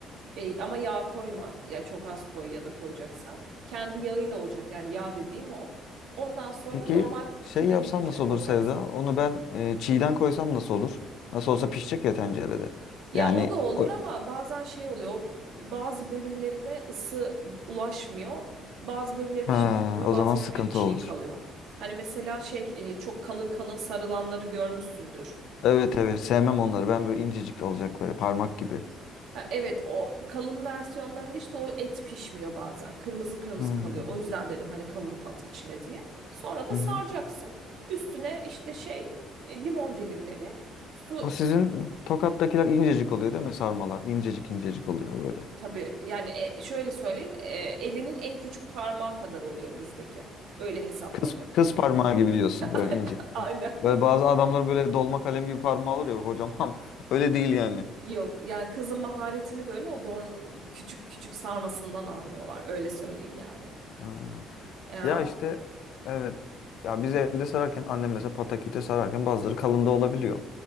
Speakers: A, on the right; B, on the left.
A: e, ama yağ koyma ya çok az koy ya da koyacaksan kendi yağıyla olacak yani yağ dediğim o. Ondan sonra
B: Peki
A: normal
B: şey
A: pirincin
B: yapsam
A: içine
B: nasıl
A: koyacaksın.
B: olur Sevda? Onu ben e, çiğden koysam nasıl olur? Nasıl olsa pişecek ya tencerede.
A: Ya
B: Yani
A: o da olur
B: o,
A: ama bazen şey oluyor o bazı bölümlerine ısı ulaşmıyor. Bazı bölümleri
B: ha,
A: pişmiş oluyor
B: o
A: bazı
B: zaman sıkıntı
A: bölümleri çiğ
B: olur.
A: kalıyor. Hani mesela şey e, çok kalın kalın sarılanları görmüşsündür.
B: Evet evet sevmem onları. Ben böyle incecik olacak böyle parmak gibi.
A: Ha, evet o kalın versiyonlarında işte o et pişmiyor bazen. Kırmızı kırmızı
B: Hmm,
A: kalıyor. O yüzden dedim hani kavurup at içine diye. Sonra da
B: Hı
A: saracaksın.
B: hı.
A: Üstüne işte şey e, limon dilimleri su
B: O sizin Tokat'takiler incecik oluyor değil mi sarmalar? İncecik incecik oluyor böyle.
A: tabii yani e, şöyle söyleyeyim e, elinin en küçük parmağı kadar oluyor bizdeki. Öyle hesaplanıyor.
B: Kız, kız parmağı gibi diyorsun
A: <laughs>
B: böyle ince.
A: Aynen.
B: Böyle bazı adamlar böyle dolma kalem gibi parmağı olur ya bak kocaman. <laughs> Öyle değil yani.
A: Yok yani kızın maharetini böyle o doğru küçük küçük sarmasından anlıyorlar öyle söyleyeyim yani.
B: Hmm.
A: Ya
B: Ya işte evet. Ya biz evde sararken annem mesela pataküte sararken bazıları kalın da olabiliyor.